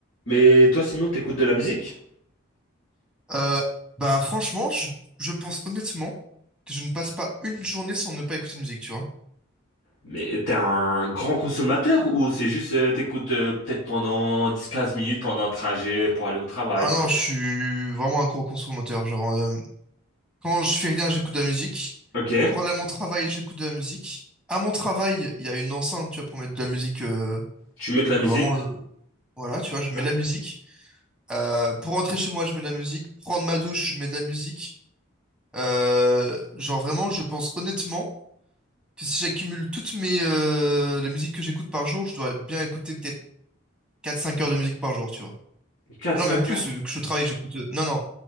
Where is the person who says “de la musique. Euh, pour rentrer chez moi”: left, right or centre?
Centre